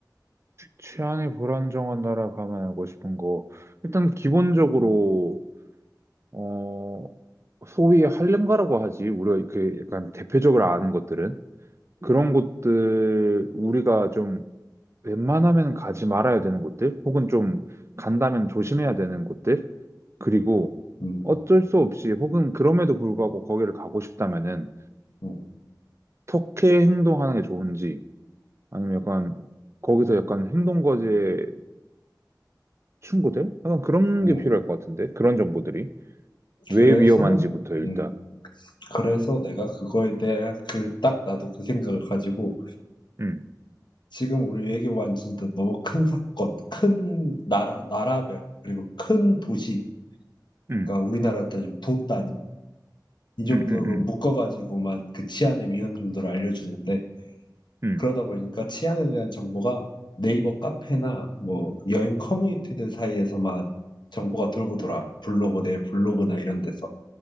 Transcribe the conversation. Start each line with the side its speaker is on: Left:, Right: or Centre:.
Right: 치안이 불안정한 나라 가면 알고 싶은 거. 일단 기본적으로 어, 소위 할렘가라고 하지. 우리가 그 약간 대표적으로 아는 것들은 그런 곳들 우리가 좀 웬만하면 가지 말아야 되는 곳들, 혹은 좀 간다면 조심해야 되는 곳들, 그리고
Left: 음,
Right: 어쩔 수 없이 혹은 그럼에도 불구하고 거기를 가고 싶다면은
Left: 음,
Right: 어떻게 행동하는 게 좋은지, 아니면 약간 거기서 약간 행동거지의 충고들? 약간 그런
Left: 음.
Right: 게 필요할 것 같은데, 그런 정보들이. 왜
Left: 그래서
Right: 위험한지부터 일단.
Left: 음, 그래서 내가 그거에 대해 그 딱 나도 그 생각을 가지고
Right: 음,
Left: 지금 우리 외교 완전히 너무 큰 사건, 큰 나라, 나라별, 그리고 큰 도시,
Right: 음.
Left: 그러니까 우리나라 따지면 도 단위, 이 정도로
Right: 음, 음,
Left: 묶어가지고만 그 치안의 위험 정도를 알려주는데,
Right: 음,
Left: 그러다 보니까 치안에 대한 정보가 네이버 카페나 뭐 여행 커뮤니티들 사이에서만 정보가 돌고 돌아. 블로그, 내 블로그나 이런 데서.